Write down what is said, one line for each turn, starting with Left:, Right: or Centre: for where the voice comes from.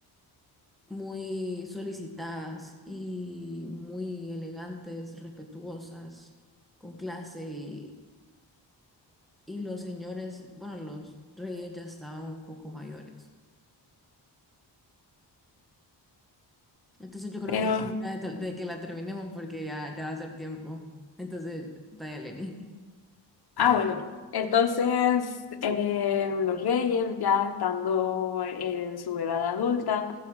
Centre: muy solicitadas y muy elegantes, respetuosas, con clase y, y los señores, bueno, los reyes ya estaban un poco mayores. Entonces yo creo
Left: Pero
Centre: que es hora de, tal- de que la terminemos porque ya, ya va a ser tiempo. Entonces, dale, Lenny.
Left: Ah, bueno. Entonces, eh, los reyes, ya estando en su edad adulta,